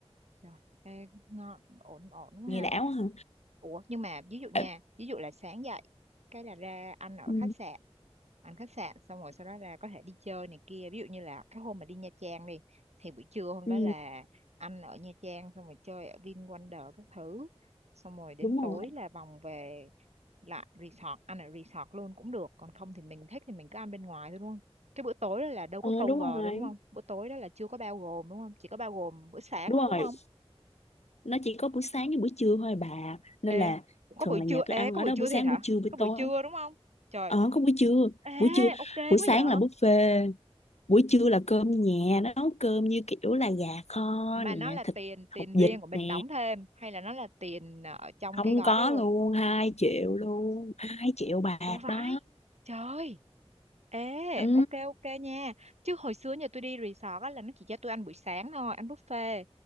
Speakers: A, on the right; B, on the left.
A: Rồi, ê, ngon, ổn ổn quá
B: Nghe
A: ha.
B: đảo hả?
A: Ủa nhưng mà ví dụ nha
B: Ờ,
A: Ví dụ là sáng dậy Cái là ra ăn ở
B: Ừ,
A: khách sạn Ăn khách sạn xong rồi sau đó là có thể đi chơi này kia Ví dụ như là cái hôm mà đi Nha Trang đi Thì buổi trưa hôm
B: ừ,
A: đó là ăn ở Nha Trang Xong rồi chơi ở VinWonder các thứ Xong rồi đến
B: đúng
A: tối
B: rồi.
A: là vòng về lại resort Ăn ở resort luôn cũng được Còn không thì mình thích thì mình cứ ăn bên ngoài thôi đúng không Cái bữa tối đó là đâu có
B: Ờ,
A: cover
B: đúng
A: đâu
B: rồi.
A: đúng không Bữa tối đó là chưa có bao gồm đúng không Chỉ có bao gồm bữa sáng
B: Đúng
A: thôi đúng
B: rồi.
A: không
B: Nó chỉ có buổi sáng với buổi trưa thôi à bà. Nên
A: Ê,
B: là
A: có
B: thường
A: buổi
B: là
A: trưa,
B: nhà tôi
A: ê,
B: ăn
A: có
B: ở
A: buổi
B: đó
A: trưa
B: buổi sáng,
A: thiệt hả?
B: buổi trưa, buổi
A: Có buổi
B: tối.
A: trưa đúng không? Trời,
B: Ờ, có buổi trưa.
A: ê,
B: Buổi trưa,
A: ok quá
B: buổi sáng
A: vậy.
B: là buffet. Buổi trưa là cơm nhà. Nó nấu cơm như kiểu là gà kho
A: Mà
B: nè,
A: nó là
B: thịt
A: tiền,
B: hột
A: tiền
B: vịt
A: riêng của mình
B: nè.
A: đóng thêm, hay là nó là tiền ở trong
B: Không
A: cái gói
B: có
A: đó luôn?
B: luôn, hai triệu luôn. hai triệu bạc
A: Ủa vãi,
B: đó.
A: trời, ê,
B: Ừ.
A: ok ok nha. Chứ hồi xưa nhà tôi đi resort á là nó chỉ cho tôi ăn buổi sáng thôi, ăn buffet.